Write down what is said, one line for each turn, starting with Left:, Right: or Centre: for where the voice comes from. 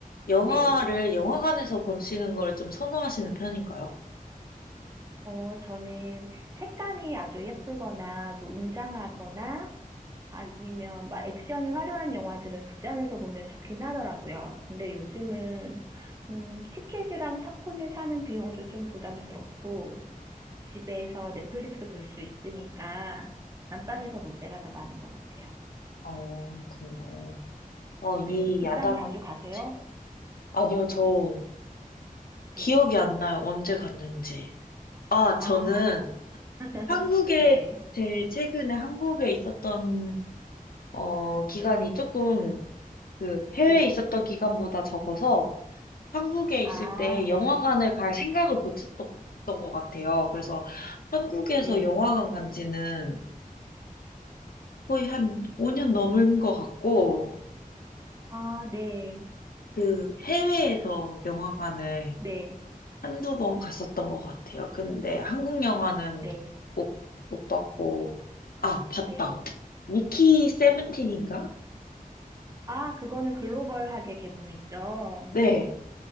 Left: 영화를
Right: 네.
Left: 영화관에서 보시는 걸 좀 선호하시는 편인가요?
Right: 어, 저는 색감이 아주 예쁘거나 좀 웅장하거나 아니면 막 액션이 화려한 영화들은 극장에서 보면 좋긴 하더라고요. 근데 요즘은 음, 티켓이랑 팝콘을 사는 비용도 좀 부담스럽고 집에서 넷플릭스 볼 수 있으니까 안방에서 볼 때가 더 많은 것 같아요.
Left: 어, 그렇군요. 어, 이
Right: 네. 극장
Left: 야당은
Right: 자주
Left: 꼭
Right: 가세요?
Left: 책... 아니요, 저
Right: 네.
Left: 기억이 안 나요. 언제 갔는지. 아, 저는
Right: 아, <laughs>
Left: 한국에
Right: 네.
Left: 제일 최근에 한국에 있었던 어, 기간이 조금 그 해외에
Right: 네.
Left: 있었던 기간보다 적어서 한국에
Right: 아,
Left: 있을 때 영화관을
Right: 네.
Left: 갈 생각을 못 했던 것 같아요. 그래서 한국에서
Right: 네.
Left: 영화관 간 지는 거의 한 5년 넘은 것 같고,
Right: 아, 네.
Left: 그 해외에서 영화관을
Right: 네.
Left: 한두 번 갔었던 것 같아요. 근데 한국 영화는
Right: 네,
Left: 못, 못 봤고, 아, 봤다.
Right: 네.
Left: 미키 세븐틴인가?
Right: 아, 그거는 글로벌하게 개봉했죠.
Left: 네.